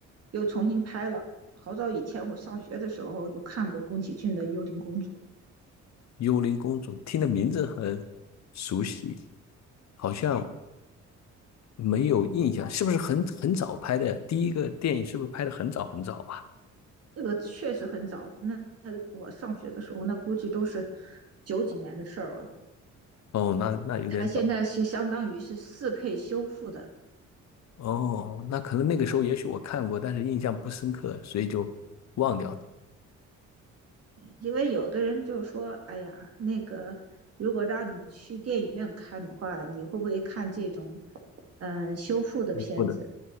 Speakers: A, on the right; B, on the left.
A: 又重新拍了。好早以前我上学的时候就看过宫崎骏的《幽灵公主》，
B: 幽灵公主听的名字很熟悉，好像没有印象，是不是很很早拍的？第一个电影是不是拍的很早很早啊？
A: 这个确实很早。那那我上学的时候，那估计都是九几年的事儿了。
B: 哦，那那有点早。
A: 他现在是相当于是四 K 修复的，
B: 哦，那可能那个时候也许我看过，但是印象不深刻，所以就忘掉了。
A: 因为有的人就说：“哎呀，那个如果让你去电影院看的话，你会不会看这种？”呃，修复的片子，
B: 嗯不能，